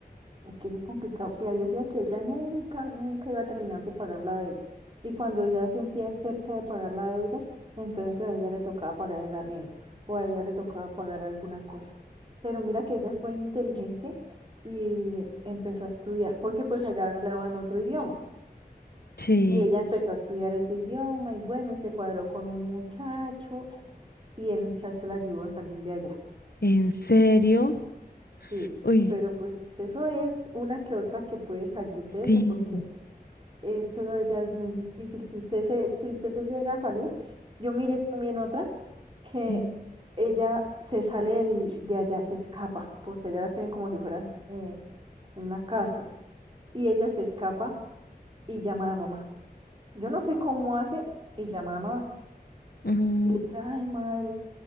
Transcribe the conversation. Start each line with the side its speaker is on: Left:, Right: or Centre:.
Right: es que eso es complicado. Sí, ahí decía que ella nunca, nunca iba a terminar de pagar la deuda. Y cuando ya sentía cerca de pagar la deuda, entonces a ella le tocaba pagar el arriendo o a ella le tocaba pagar alguna cosa. Pero mira que ella fue inteligente y empezó a estudiar, porque pues allá hablaban otro idioma.
Left: Sí,
Right: Y ella empezó a estudiar ese idioma y bueno, y se cuadró con un muchacho y el muchacho la ayudó a salir de allá.
Left: ¿en serio?
Right: Sí,
Left: Uy,
Right: pero pues eso es una que otra que puede salir de
Left: sí.
Right: eso, porque Eso ya es muy difícil. Si usted se, si usted se llega a salir, yo miré también otra que
Left: Mm,
Right: ella se sale del- de allá, se escapa, porque allá la tienen como si fueran eh, en una cárcel. Y ella se escapa y llama a la mamá. Yo no sé cómo hace y llama a la mamá.
Left: ¿En
Right: Y le dice, ay madre,